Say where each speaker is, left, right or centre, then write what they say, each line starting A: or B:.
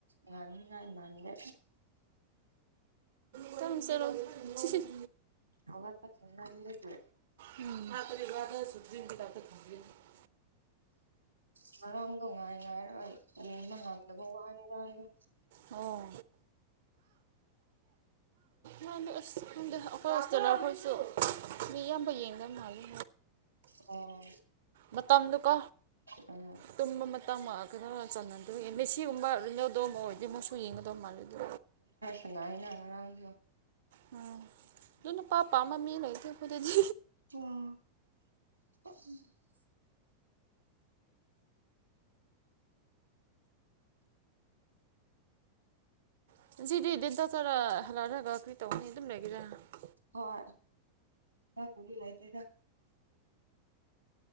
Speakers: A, on the right; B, on the right.
A: ꯉꯥꯅꯤ ꯍꯥꯏ ꯉꯥꯟꯗꯦ
B: <unintelligible>
A: ꯍꯧꯒꯄ ꯇꯟꯕ ꯃꯤꯗꯤ
B: ꯎꯝ <unintelligible>
A: ꯉꯔꯥꯡꯗꯣ ꯉꯥꯏ ꯉꯥꯏꯔ ꯌꯦꯡꯕ ꯉꯝꯗꯕ ꯋꯥꯅꯤꯗ ꯍꯥꯏꯗꯤ
B: ꯑꯣ ꯃꯥꯗ ꯑꯁ ꯈꯪꯗꯦ ꯑꯩꯈꯣꯏ ꯁꯇꯦꯂꯥꯍꯣꯏꯁꯨ ꯃꯤ ꯑꯌꯥꯝꯕ ꯌꯦꯡꯗꯕ ꯃꯥꯜꯂꯤ
A: ꯑꯣ
B: ꯃꯇꯝꯗꯨꯀꯣ
A: ꯑ
B: ꯇꯨꯝꯕ ꯃꯇꯝꯃ ꯑꯗꯨꯒ ꯆꯥꯟꯅꯗꯣꯏ ꯃꯦꯁꯤꯒꯨꯝꯕ ꯔꯤꯅꯥꯜꯗꯣꯒꯨꯝꯕ ꯑꯣꯏꯗꯤ ꯃꯥꯁꯨ ꯌꯦꯡꯒꯗꯧ ꯃꯥꯜꯂꯤꯗ
A: ꯁꯅꯥꯏꯅ ꯉꯔꯥꯡ <unintelligible>
B: ꯎꯝ ꯑꯗꯨ ꯅꯨꯄꯥ ꯄꯥꯝꯕ ꯃꯤ ꯂꯩꯇꯦ ꯑꯩꯈꯣꯏꯗꯗꯤ
A: ꯎꯝ <unintelligible>
B: <unintelligible> ꯑꯗꯨꯝ ꯂꯩꯕ ꯌꯥꯔꯔꯣꯏ
A: ꯍꯣꯏ ꯊꯕꯛꯄꯨꯗꯤ ꯂꯩꯇꯦꯗ